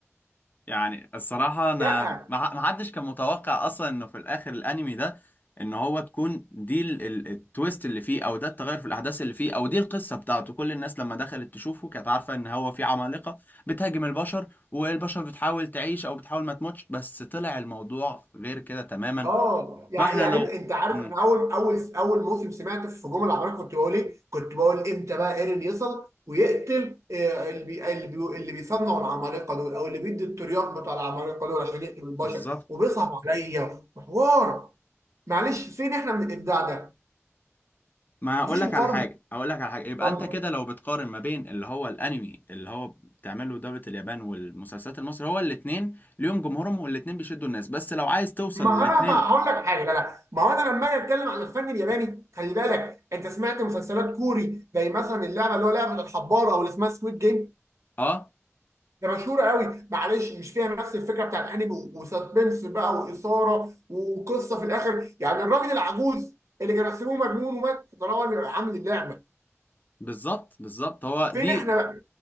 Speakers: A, on the left; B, on the right.
A: يعني الصراحه انا
B: لا
A: ما ما حدش كان متوقع اصلا انه في الاخر الانمي ده ان هو تكون دي ال- ال- التويست اللي فيه او ده التغير في الاحداث اللي فيه او دي القصه بتاعته كل الناس لما دخلت تشوفه كانت عارفه ان هو في عمالقه بتهاجم البشر والبشر بتحاول تعيش او بتحاول ما تموتش بس طلع الموضوع غير كده تماما
B: اه يعني
A: فاحنا
B: يعني
A: لو
B: انت انت عارف
A: امم
B: انا اول اول اول موسم سمعت في هجوم العمالقه كنت بقول ايه؟ كنت بقول امتى بقى ايرين يصل ويقتل آه، اللي بي اللي بي اللي بيصنعوا العمالقه دول او اللي بيدي الترياق بتاع العمالقه دول عشان يقتلوا البشر
A: بالظبط
B: وبيصعب عليا وحوار معلش فين احنا من الابداع ده؟
A: ما اقول
B: مفيش
A: لك
B: مقارنه
A: على حاجه اقول لك على حاجه يبقى
B: اتفضل
A: انت كده لو بتقارن ما بين اللي هو الانمي اللي هو بتعمله دوله اليابان والمسلسلات المصري هو الاثنين ليهم جمهورهم والاثنين بيشدوا الناس بس لو عايز توصل
B: ما
A: للاثنين
B: انا بقى هقول لك حاجه لا لا ما هو انا لما اجي اتكلم عن الفن الياباني خلي بالك انت سمعت مسلسلات كوري زي مثلا اللعبه اللي هو لعبه الحبار او اللي اسمها سكويد جيم
A: اه
B: ده مشهور قوي معلش مش فيها نفس الفكره بتاع الانمي و- وسسبنس بقى واثاره وقصه في الاخر يعني الراجل العجوز اللي كان يحسبوه مجنون ومات طالما عامل اللعبه
A: بالظبط بالظبط هو
B: فين
A: دي
B: احنا بقى